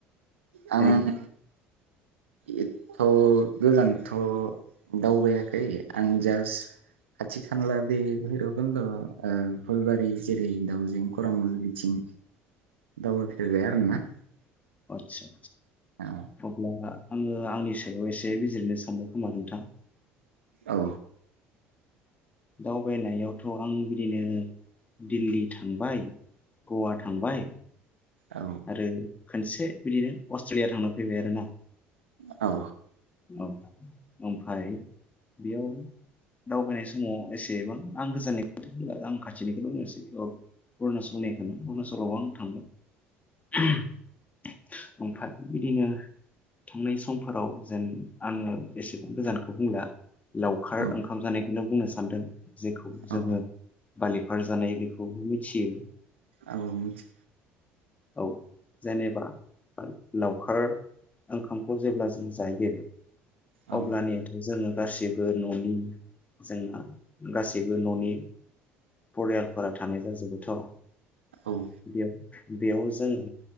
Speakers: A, on the right (about 80°); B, on the left (about 25°).
A: आं
B: ओरैनो
A: एथ गोजानथ दावबायाखै आं जास खाथि खानला बे भैरखन्द ओ फुलबारि जेरै दावजें करामुल बिथिं दावबायफेरबाय आरोना
B: आतसा
A: औ
B: अब्लाना आङो आंनि सायाव एसे बिजिरनो सानदों खोमा नोंथां?
A: औ
B: दावबायनायाव थ आं बिदिनो दिल्ली थांबाय गवा थांबाय
A: औ
B: आरो खोनसे बिदिनो अस्ट्रेलिया थांना फैबाय आरोना
A: औ
B: औ ओमफाय बेयाव दावबायनाय समाव एसेबां आं गोजाननि <unintelligible> आं खाथिनिखौल बुंनोसै ओ उरणासलनिखौनो उरणसलावबो आं थांबाय। <unintelligible> ओमफाय बिदिनो थांनाय समफोराव जेन आङो एसेबां गोजानखो बुंला लावखार
A: औ
B: ओंखाम जानाय नो बुंनो सानदों जेखौ
A: औ
B: जोङो बालिफार जानाय बेखौबो मिथियो
A: आव मिथि
B: औ जेनेबा लावखार ओंखामखौ जेब्ला ज जायो
A: औ
B: अब्लानियाथ जोङो गासैबो ननि जोंना गासैबो ननि परियालफोरा थानाय जाजोबो अ
A: औ
B: बियाव बेयाव जों